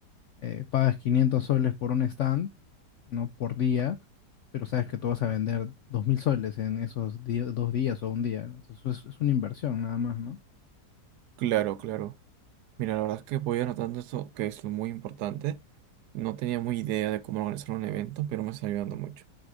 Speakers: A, on the left (about 75°); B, on the right (about 75°).
A: eh, pagas 500 soles por un stand, ¿no? Por día, pero sabes que tú vas a vender 2.000 soles en esos di- dos días o un día. Entonces, Eso es, es una inversión nada más, ¿no?
B: Claro, claro. Mira, la verdad es que voy anotando eso, que es muy importante. No tenía muy idea de cómo organizar un evento, pero me está ayudando mucho.